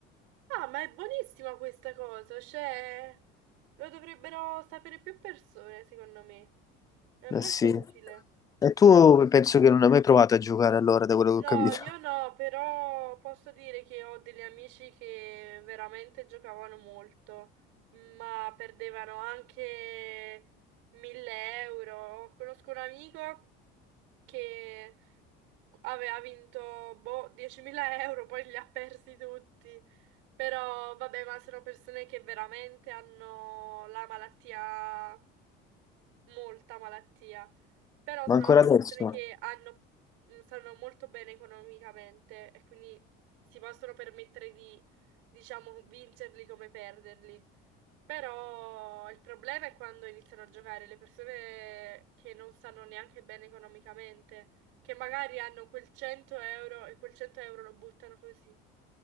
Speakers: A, on the right; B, on the left.
A: Ah, ma è buonissima questa cosa, cioè lo dovrebbero sapere più persone, secondo me. È
B: Eh
A: molto
B: sì.
A: utile.
B: E tu penso che non hai mai provato a giocare allora, da quello che
A: No,
B: ho capito.
A: io no, però posso dire che ho degli amici che veramente giocavano molto, ma perdevano anche 1000 euro. Conosco un amico che aveva vinto boh, 10.000 euro, poi li ha persi tutti. Però vabbè, ma sono persone che veramente hanno la malattia, molta malattia. Però
B: Ma
A: sono
B: ancora
A: anche
B: adesso?
A: persone che hanno, mm, stanno molto bene economicamente e quindi si possono permettere di, diciamo, vincerli come perderli. Però il problema è quando iniziano a giocare le persone che non stanno neanche bene economicamente, che magari hanno quel 100 euro e quel 100 euro lo buttano così.